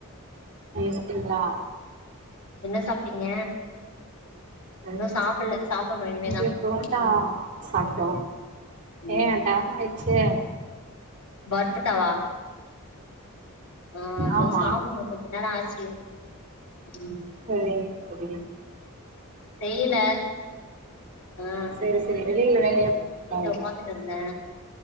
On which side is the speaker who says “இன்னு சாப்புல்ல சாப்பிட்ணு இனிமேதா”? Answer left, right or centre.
Left